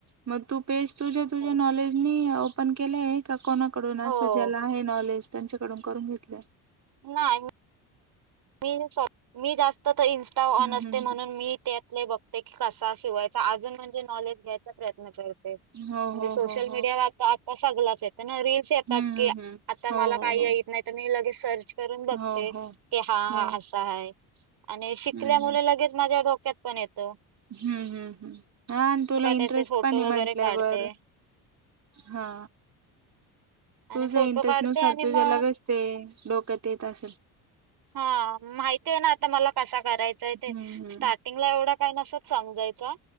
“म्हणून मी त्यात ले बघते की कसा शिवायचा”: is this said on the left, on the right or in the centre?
Right